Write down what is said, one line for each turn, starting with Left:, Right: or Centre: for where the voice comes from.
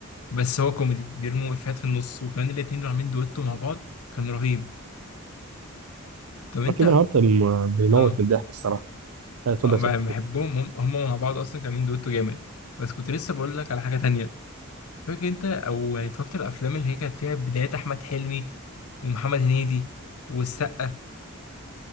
Left: بس هو كوميدي بيرموا افيهات في النص وكمان الاتنين اللي عاملين دويتو مع بعض كان رهيب طب انت
Right: كيفن هارت م- بيموت
Left: اه
Right: من الضحك الصراحه آه، اتفضل
Left: اه
Right: اسال
Left: بح- بحبهم هم, هم مع بعض اصلا كانوا عاملين دويتو جامد بس كنت لسه بقول لك على حاجه تانية فاكر انت او يعني اتفرجت على الافلام اللي هي كانت فيها بدايات احمد حلمي ومحمد هنيدي والسقا